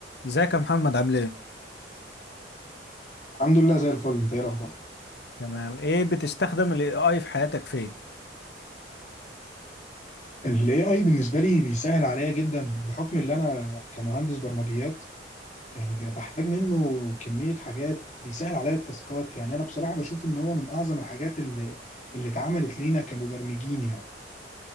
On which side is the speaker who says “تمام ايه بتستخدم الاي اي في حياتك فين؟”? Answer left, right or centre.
Left